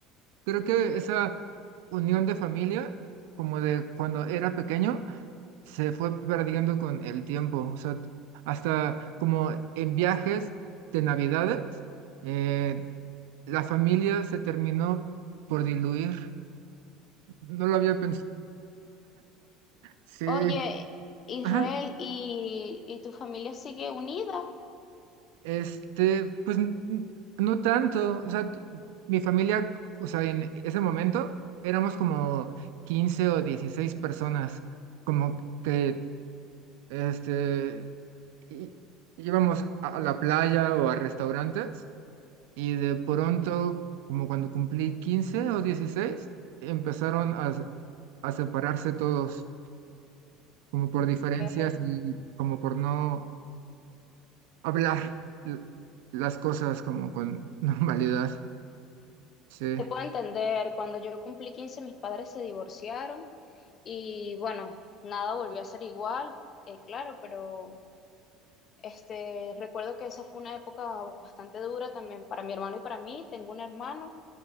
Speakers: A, on the right (about 85°); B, on the left (about 30°).
A: creo que esa unión de familia, como de cuando era pequeño, se fue perdiendo con el tiempo, o sea, t- hasta como en viajes de Navidades, eh, la familia se terminó por diluir, no lo había pensado. Sí,
B: Oye, Israel,
A: Ajá,
B: ¿y, y tu familia sigue unida?
A: este, pues n- n- no tanto, o sea, t- mi familia, o sea, en ese momento éramos como 15 o 16 personas, como que, este, í- íbamos a, a la playa o a restaurantes y de pronto,
B: Ujú.
A: como cuando cumplí 15 o 16 empezaron a, s- a separarse todos, como por
B: Porque
A: diferencias y como por no hablar l- las cosas como con <laughs> normalidad. Sí.
B: te puedo entender, cuando yo cumplí 15, mis padres se divorciaron y bueno, nada volvió a ser igual, eh, claro, pero este, recuerdo que esa fue una época bastante dura también para mi hermano y para mí. Tengo un hermano